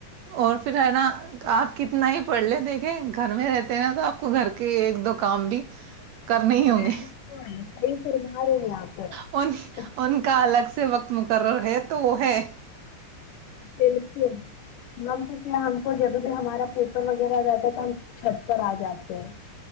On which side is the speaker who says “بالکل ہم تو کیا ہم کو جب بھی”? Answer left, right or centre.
Left